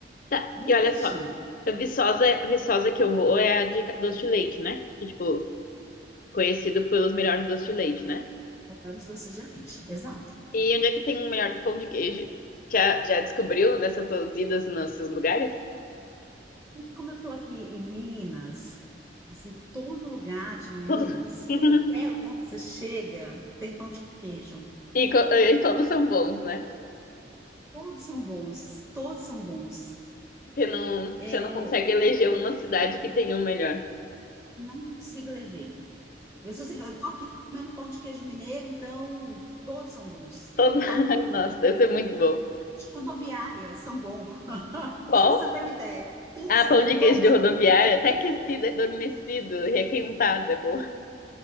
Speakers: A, on the left; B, on the right.
A: Tá,
B: Muito
A: e olha
B: pertinho,
A: só. A Viçosa, Viçosa que eu vou é a de ca- doce de leite, né? Que, tipo, conhecido pelos melhores doces de leite, né?
B: antes do Doce de Leite, exato.
A: E onde é que tem o melhor pão de queijo? já já descobriu nessas tuas idas nesses lugares?
B: Como eu estou aqui em Minas, assim, todo lugar de Minas,
A: Todos. <laughs>
B: qualquer lugar que você chega, tem pão de queijo.
A: E, co- e todos são bons, né?
B: Todos são bons, todos são bons.
A: Você não,
B: É,
A: você não consegue eleger uma cidade que tem um melhor.
B: não consigo levar. Eu sou assim, eu tô aqui, tô comendo pão de queijo mineiro, então todos são bons.
A: Todo... <laughs>
B: Até
A: Ai, Nossa, deve ser muito bom.
B: as rodoviárias são bons. <laughs>
A: Qual?
B: Se você tem uma ideia, todos
A: Ah,
B: são,
A: pão de
B: todos
A: queijo de
B: são
A: rodoviária,
B: bons.
A: até aquecido, adormecido, requentado, é bom.